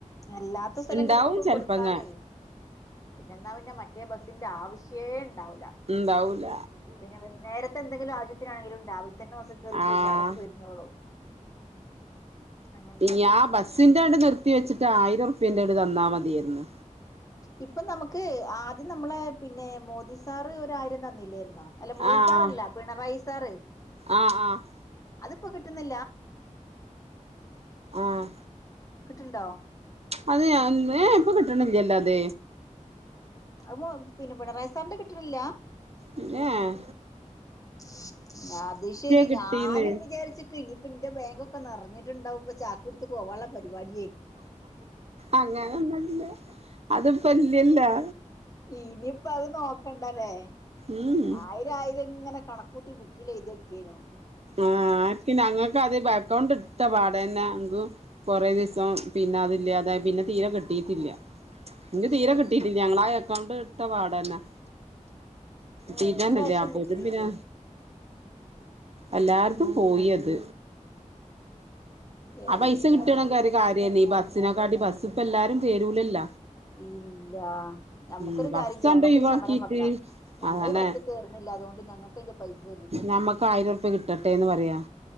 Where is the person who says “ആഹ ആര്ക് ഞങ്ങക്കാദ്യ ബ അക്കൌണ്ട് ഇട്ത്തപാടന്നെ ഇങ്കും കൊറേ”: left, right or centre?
Right